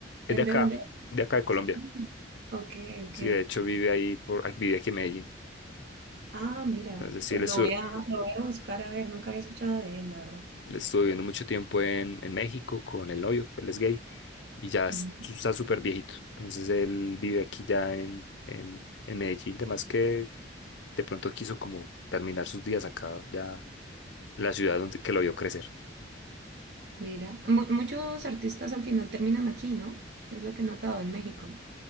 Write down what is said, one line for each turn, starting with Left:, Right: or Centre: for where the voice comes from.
Right: ¿El
Left: Es de acá,
Right: de dónde es?
Left: de acá de Colombia.
Right: Mm, Ok, ok.
Left: Sí, de hecho vive ahí, por, vive aquí en Medellín.
Right: Ah, mira,
Left: Entonces, sí,
Right: pues
Left: él estuvo,
Right: lo voy a, lo voy a buscar a ver, nunca había escuchado de él, la verdad.
Left: él estuvo viviendo mucho tiempo en, en México con el novio, él es gay. y ya es-
Right: Mm,
Left: está súper viejito. Entonces él vive aquí ya en, en, en Medellín, además que de pronto quiso como terminar sus días acá, ya en la ciudad donde que lo vio crecer.
Right: Mira, Mu- muchos artistas al final terminan aquí, ¿no? Es lo que he notado en México.